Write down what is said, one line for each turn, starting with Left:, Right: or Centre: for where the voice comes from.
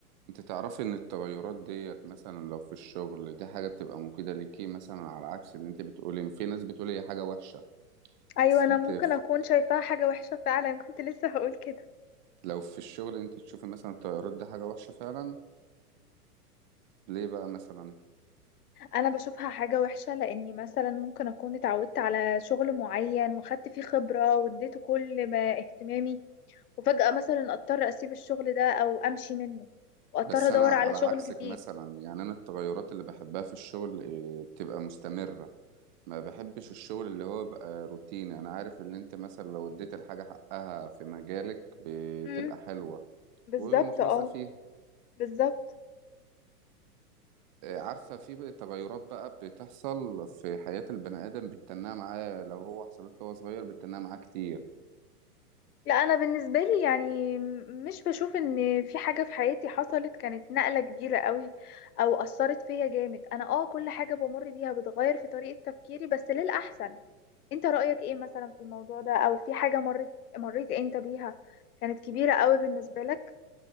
Right: انت تعرفي ان التغيرات ديت مثلا لو في الشغل دي حاجة بتبقى مفيدة ليكي مثلا على عكس اللي انت بتقولي ان في ناس بتقول هي حاجة وحشة
Left: أيوة
Right: بس
Left: أنا
Right: انت
Left: ممكن
Right: في-
Left: أكون شايفاها حاجة وحشة فعلا كنت لسه هقول كده
Right: لو في الشغل انت تشوفي مثلا التغيرات دي حاجة وحشة فعلا ليه بقى مثلا
Left: انا بشوفها حاجة وحشة لاني مثلا ممكن اكون اتعودت على شغل معين واخدت فيه خبرة واديته كل ما اهتمامي وفجأة مثلا اضطر اسيب الشغل ده او امشي منه واضطر
Right: بس
Left: ادور
Right: انا على
Left: حصل على شغل
Right: عكسك
Left: جديد
Right: مثلا يعني انا التغيرات اللي بحبها في الشغل إيه، بتبقى مستمرة ما بحبش الشغل اللي هو بقى روتيني انا عارف اللي انت مثلا لو اديت الحاجة حقها في مجالك بتبقى
Left: امم
Right: حلوة
Left: بالظبط
Right: ومخلصة
Left: اه
Right: فيها
Left: بالظبط
Right: آه، عارفة في تغيرات بقى بتحصل في حياة البني آدم بتتناها معاه لو هو حصلت له وهو صغير بتتناها معاه كتير
Left: لا انا بالنسبة لي يعني م- مش بشوف ان في حاجة في حياتي حصلت كانت نقلة كبيرة قوي او اثرت فيا جامد انا اه كل حاجة بمر بيها بتغير في طريقة تفكيري بس للأحسن انت رأيك ايه مثلا في الموضوع ده او في حاجة مريت مريت انت بيها كانت كبيرة قوي بالنسبة لك